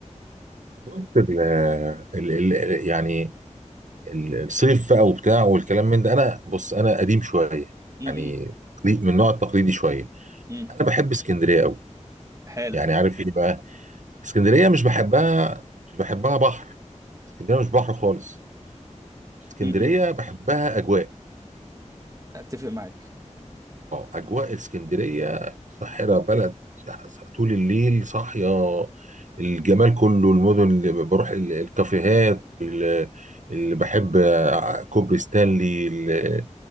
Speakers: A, on the right; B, on the right.
A: بص ال ال ال ال- يعني ال- الصيف بقى وبتاع والكلام من ده انا بص انا قديم شويه يعني
B: <laughs> م- م-
A: تقليد- من النوع التقليدي شويه
B: م.
A: انا بحب اسكندريه قوي
B: حلو
A: يعني عارف ايه بقى اسكندريه مش بحبها مش بحبها بحر اسكندريه مش بحر خالص اسكندريه
B: م- م.
A: بحبها اجواء
B: اتفق معاك
A: اه اجواء اسكندريه ساحره بلد طول الليل صاحيه الجمال كله المدن اللي بروح ال- الكافيهات ال- اللي بحب آه، كوبري ستانلي ال-